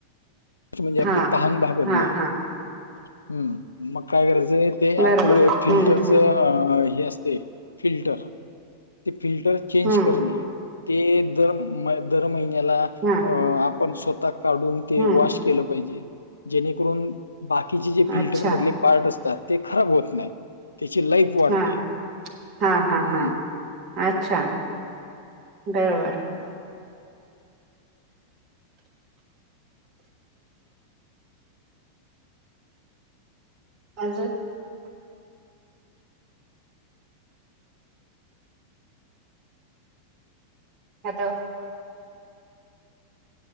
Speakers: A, on the left (about 75°); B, on the right (about 40°).
A: म्हणजे आपली
B: हा
A: तहान भागत
B: हा
A: नाही.
B: हा
A: हम् मग काय करायचं ते
B: बरोबर
A: आपलं फिल्टरचं.
B: हम्म हम्म
A: हे असते फि्टर ते फिल्टर चेंज
B: हम्म
A: करणे. ते दर दर महिन्याला
B: हा
A: आपण स्वतः काढून ते
B: हम्म
A: वॉश केलं पाहिजे जेणेकरून बाकीचे जे फिल्टर
B: अच्छा
A: मधले पार्ट असतात ते खराब होत नाहीत. त्याची लाईफ वाढते
B: हा हा हा
A: हम्.
B: हा अच्छा बरोबर. अजून आद.